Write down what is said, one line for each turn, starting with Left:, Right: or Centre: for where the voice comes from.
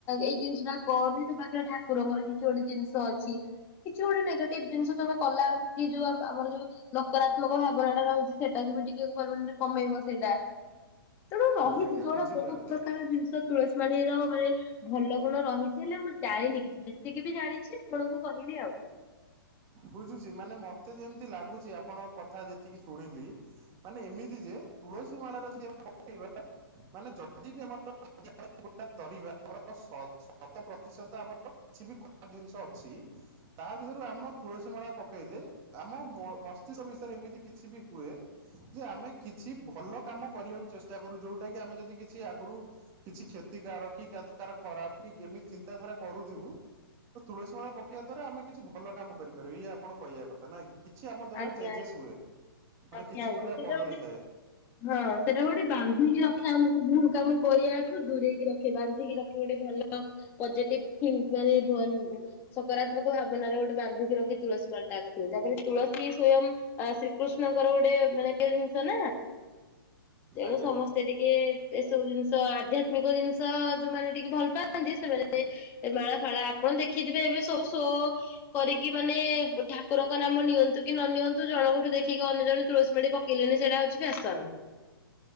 Left: ଏଇ ଜିନିଷଟା କରନି ତୋ ପାଖରେ ଠାକୁରଙ୍କର କିଛି ଗୋଟେ ଜିନିଷ ଅଛି। କିଛି ଗୋଟେ ନେଗେଟିଭ ଜିନିଷ ତମେ କଲା ବେକୁ କି ଯୋଉ ଆମର ଯୋଉ ନକାତ୍ମକ ଭାବରେ ରହିଛି ସେଟାକୁ ବି ଟିକେ ପିବନ କମେଇବ ସେଇଟା। ତେଣୁ ରହିଛି
Right: ଆଜ୍ଞା
Left: ଯୋଉଡା
Right: ବୁଝିପାରୁଛି।
Left: ବହୁତ ପ୍ରକାର ଜିନିଷ ତୁଳସୀ ମାଢର ମାନେ ଭଲ ଗୁଣ ରହିଛି ହେଲେ ମୁଁ ଜାଣିନି କିଛି ଯେତିକି ବି ଜାଣିଛି ଆପଣଙ୍କୁ କହିଲି ଆଉ।
Right: ବୁଝୁଛି ମାନେ ମତେ ଯେମିତି ଲାଗୁଛି ଆପଣ କଥା ଯେତିକି ଶୁଣିଲି ମାନେ ଏମିତି ଯେ ତୁଳସୀ ମାଳା ଯଦି ଆମେ ପକେଇବା
Left: <inaudible>
Right: ମାନେ ଯଦି ବି ଆମର <unintelligible> ତରିବା ଆମର ଶତ ପ୍ରତିଶତ ଆମର। <unintelligible> କିଛି ବି ଖରାପ ଜିନିଷ ଅଛି ତା ଦେହରୁ ଆମ। ତୁଳସୀ ମାଳା ପକେଇଲେ ଆମ ମ ମସ୍ତିଷ୍କ ବିଷୟରେ ଏମିତି କିଛି ବି ହୁଏ। ଯେ ଆମେ କିଛି ଭଲ କାମ କରିବାକୁ ଚେଷ୍ଟା କରୁ ଯୋଉଟା କି ଆମେ ଯଦି କିଛି ଆଗୁରୁ କିଛି କ୍ଷତିକାରକ କି କାର ଖରାପ କି ଏମିତି ଚିନ୍ତାଧାରା କରୁଥିବୁ। ତ ତୁଳସୀ ମାଳ ପକେଆ ଦ୍ଵାରା ଆମେ କିଛି ଭଲ କାମ କରିବୁ। <unintelligible> ଆପଣ କହିବା କଥା ନା କି କିଛି ଆମ ଦ୍ଵାରା
Left: ଆଜ୍ଞା
Right: ଚେଞ୍ଜେସ
Left: ଆଜ୍ଞା।
Right: ହୁଏ। ମାନେ
Left: ଆଜ୍ଞା
Right: କିଛି
Left: ଆଜ୍ଞା ସେଇଟା
Right: ବଦଳିଥାଏ
Left: ଗୋଟେ ହଁ ସେଇଟା ଗୋଟେ ବାନ୍ଧିକି ରଖିବା ଆମକୁ ଭୁଲ କାମ କରିବାଠୁ ଦୂରେଇକି ରଖ। ବାନ୍ଧିକି ରଖିବେ ଗୋଟେ ଭଲ ପଜେଟିଭ ଥୀଙ୍କ ମାନେ ଭ ସକାରାତ୍ମକ ଭାବନାରେ ଗୋଟେ ବାନ୍ଧିକି ରଖି ତୁଳସୀ ମାଳାଟାକୁୁ <unintelligible> ତାପରେ ତୁଳସୀ ସ୍ଵୟମ୍ ଶ୍ରୀ କୃଷ୍ଣଙ୍କର ଗୋଟେ ମାନେ <unintelligible> ଜିନିଷ ନା ତେଣୁ
Right: ଆଜ୍ଞା
Left: ସମସ୍ତେ ଟିକେ ଏସବୁ ଜିନିଷ ଆଧ୍ୟାତ୍ମିକ ଜିନିଷ ଯୋଉମାନେ ଟିକେ ଭଲ ପାଆନ୍ତି ସେମାନେ ମାଳା ଭଳି ଆପଣ ଦେଖିଥିବେ ଏବେ ସବୁ ସୋ କରିକି କି ମାନେ ଠାକୁରଙ୍କ ନାମ ନିଅନ୍ତୁ କି ନ ନିଅନ୍ତୁ ଜଣଙ୍କଠୁ ଦେଖ କି ଅନ୍ୟ ଜଣେ ତୁଳସୀ ମାଳି ପକେଇଲେଣି ସେଇଟା ହଉଛି ଫ୍ୟାସନ।